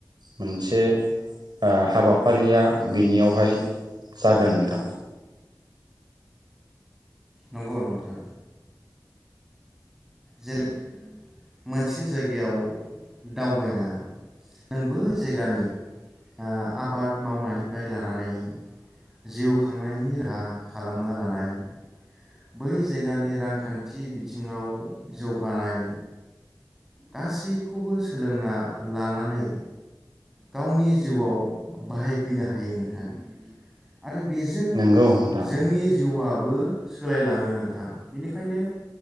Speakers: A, on the right (about 75°); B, in the centre.
A: मोनसे ओ हाबाफारिया बिनियावहाय जागोन नोंथां।
B: नंगौ नोंथां जेरै मोनसे जायगायाव दावबायना नों बै जायगानि ओ आबाद मावनायनिफ्राय लानानै जिउ खांनायनि राहा खालामना लानाय बै जायगानि रांखान्थि बिथिङाव जौगानाय गासैखौबो सोलोंना लानानै गावनि जिउआव बाहायफैनो हायो नोंथां आरो बेजों
A: नोंगौ नोंथां
B: जोंनि जिवा बो सोलायलाङो नोंथां बिनिखायनो